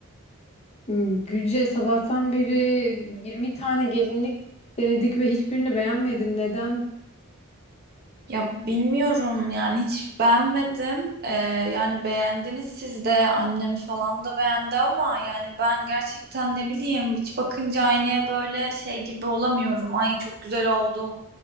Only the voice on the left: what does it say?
Hmm, Gülce, sabahtan beri 20 tane gelinlik denedik ve hiçbirini beğenmedin. Neden?